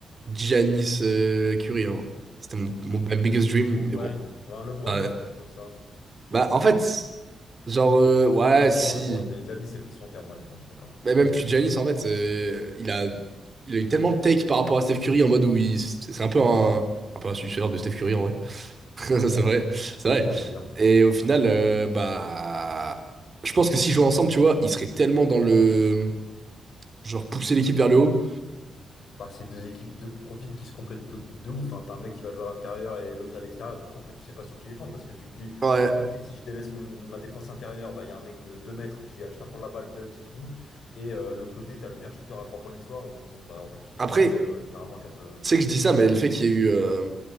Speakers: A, on the right; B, on the left.
A: Giannis euh, Curie. hein. C'était mon, mon my biggest dream,
B: Ou- Ouais,
A: mais bon.
B: ouais, un LeBron,
A: Euh,
B: non, t'as ça.
A: bah, en fait, genre, euh, ouais,
B: Pour l'histoire,
A: si.
B: LeBron, mais Giannis, c'est plus son terme, ouais, ouais, je suis d'accord. ouais.
A: Mais même puis Giannis, en fait, euh, il a, il a eu tellement de take par rapport à Steph Curry en mode où il. C'est un peu un, un peu un suceur de Steph Curry, en vrai. <laughs>
B: Faut le
A: C'est
B: dire,
A: vrai, c'est
B: faut
A: vrai.
B: le dire, faut le dire.
A: Et au final, euh, bah. Je pense que s'ils jouaient ensemble, tu vois, ils seraient tellement dans le. Genre, pousser l'équipe vers le haut.
B: Bah, c'est deux équipes, deux profils qui se complètent tout- de ouf. Enfin, T'as un mec qui va jouer à l'intérieur et l'autre à l'extérieur. Du coup, en fait, tu sais pas sur qui défendre parce que tu te dis,
A: Ouais.
B: d'un côté, si je délaisse mon- ma défense intérieure, bah, il y a un mec de 2 mètres qui a juste à prendre la balle, dunk, c'est fini. Et euh, de l'autre côté, t'as le meilleur shooter à 3 points de l'histoire. Donc, bon, bah, en fait, tu te fais
A: Après,
B: sniper euh, littéralement à 4.
A: tu sais que je dis ça, mais le fait qu'il y ait eu, euh,